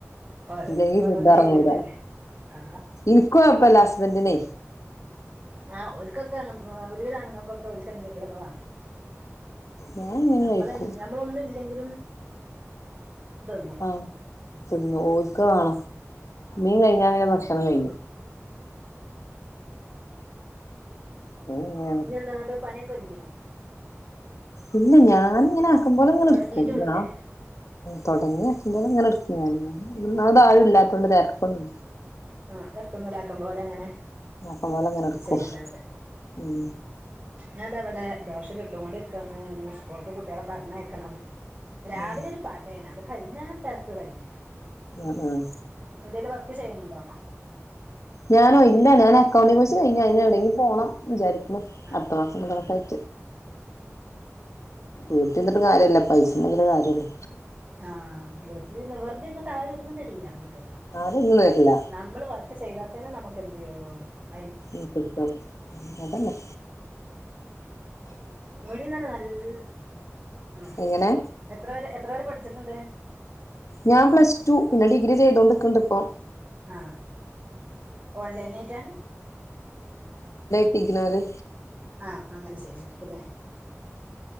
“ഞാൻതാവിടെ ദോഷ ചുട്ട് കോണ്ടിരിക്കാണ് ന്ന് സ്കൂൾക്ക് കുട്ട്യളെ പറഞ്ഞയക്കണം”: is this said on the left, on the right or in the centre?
Right